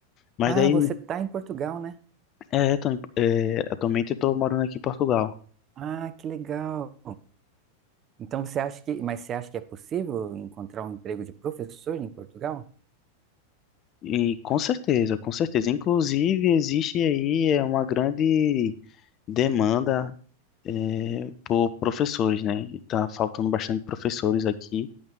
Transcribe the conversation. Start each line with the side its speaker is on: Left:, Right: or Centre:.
Left: Mas
Right: Ah,
Left: daí,
Right: você está em Portugal, né?
Left: é, Tony, é, atualmente eu estou morando aqui em Portugal.
Right: Ah, que legal. Então você acha que, mas você acha que é possível encontrar um emprego de professor em Portugal?
Left: E com certeza, com certeza. Inclusive, existe aí é, uma grande demanda é, por professores, né? Está faltando bastante professores aqui